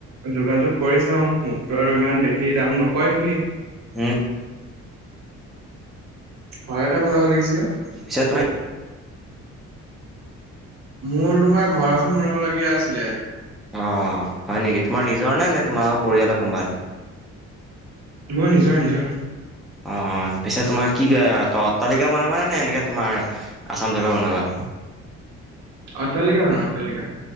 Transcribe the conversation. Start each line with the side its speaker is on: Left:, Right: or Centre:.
Right: যোগাযোগ কৰি চাও মোকতো আৰু ইমান বেছি দাম নকয় সি।
Centre: উম্
Right: ঘৰ এটা বনাব লাগিছিল অ'।
Centre: পিছে তোমাৰ
Right: মোৰ তোমাৰ ঘৰ এখন বনাবলগীয়া আছিলে।
Centre: অ'-অ' হয় নেকি তোমাৰ নিজৰ নে-নে তোমালোকৰ পৰিয়ালৰ কোনবা।
Right: মোৰ নিজৰ- নিজৰ।
Centre: অ'- অ' পিছে তোমাৰ কি ত অট্টালিকা বনাবানে নে এনেকে তোমাৰ আচাম টাইপৰ বনাবা।
Right: অট্টালিকা বনাম অট্টালিকা।